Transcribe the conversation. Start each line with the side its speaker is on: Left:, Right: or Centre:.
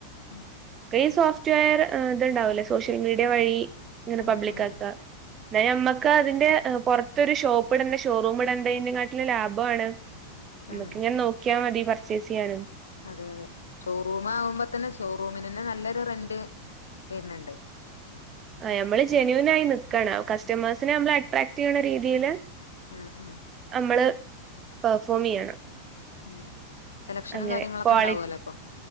Left: ഉം
Right: ഈ സോഫ്റ്റ്വെയർ ആഹ് ഇതുണ്ടാവല്ലേ സോഷ്യൽ മീഡിയ വഴി ഇങ്ങനെ
Left: ആഹ്
Right: പബ്ലിക്
Left: ആഹ്
Right: ആക്ക ന്നെ അമ്മക്ക്
Left: ഉം
Right: അതിന്റെ ങ് പൊർ ത്തൊരു ഷോപ്പ് ഇടണ്ട ഷോറൂം ഇടണ്ടയിന്റെ കാട്ടിലില് ലാഭാണ് നമക്ക്
Left: ആഹ്
Right: ഇങ്ങനെ നോക്കിയാ മതി പർച്ചേസെയ്യാനും
Left: അതെ അതെ ഷോറൂം ആകുമ്പോ തന്നെ ഷോറൂമിന തന്നെ നല്ലൊരു റെന്റ് വര്ണ്ണ്ട്
Right: ആ നമ്മള് ജെനുവിൻ ആയി നക്കണ ക കസ്റ്റമേഴ്സിനെ നമ്മ അട്രക്ടെയ്യുന്ന രീതിയില്
Left: ആഹ് ആഹ്
Right: നമ്മള് പെർഫോം ചെയ്യണം
Left: ഉം സെലക്ഷനും
Right: അങ്ങനെ
Left: കാര്യങ്ങളൊക്കെ
Right: ക്വാളി
Left: ഉണ്ടാവുമല്ലോ അപ്പൊ